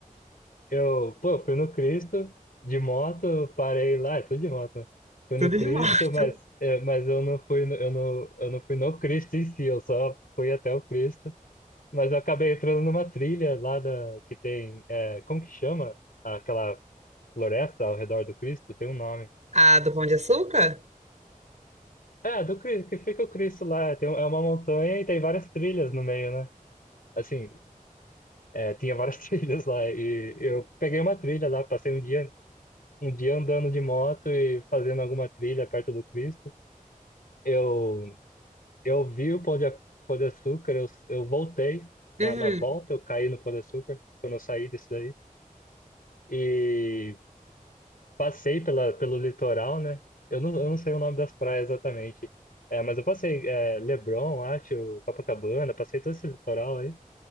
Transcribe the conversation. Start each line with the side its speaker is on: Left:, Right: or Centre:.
Left: Eu, pô, fui no Cristo, de moto, parei lá, é tudo de moto. né? Fui
Right: Tudo
Left: no Cristo,
Right: de morto.
Left: mas, é, mas eu não fui, no- eu não, eu não fui no Cristo em si, eu só fui até o Cristo. Mas eu acabei entrando numa trilha lá da, que tem, é, como que chama? Aquela floresta ao redor do Cristo, tem um nome.
Right: Ah, do Pão de Açúcar?
Left: É, do Cristo, que fica o Cristo lá. Tem, um- é uma montanha e tem várias trilhas no meio, né? Assim, é, tinha várias <laughs> trilhas lá. E eu peguei uma trilha lá, passei um dia, um dia andando de moto e fazendo alguma trilha perto do Cristo. Eu, eu vi o Pão de, A- Pão de Açúcar, eu, eu voltei. Na,
Right: Uhum.
Left: na volta eu caí no Pão de Açúcar, quando eu saí disso daí. E passei pela, pelo litoral, né? Eu não, eu não sei o nome das praias exatamente. É, mas eu passei é, Leblon, acho, Copacabana, passei todo esse litoral aí.